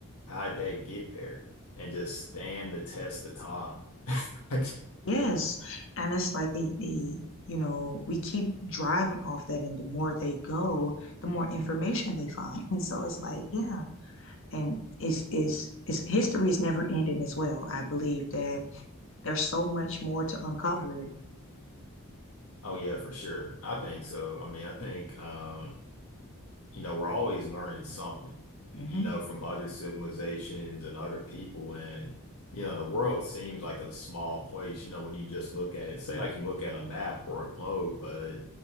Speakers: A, on the left; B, on the left.
A: how did that get there and just stand the test of time? <laughs> Like,
B: Yes. And it's like they, they, you know, we keep driving off that, and the more they go, the more information they find. <laughs> And so it's like, yeah. And it's, it's, it's history is never ending as well. I believe that there's so much more to uncover.
A: oh yeah, for sure. I think so. I mean, I think, um, you know, we're always learning something,
B: hmm
A: you know, from other civilizations and other people. And, you know, the world seems like a small place, you know, when you just look at it, say like you look at a map or a globe, but,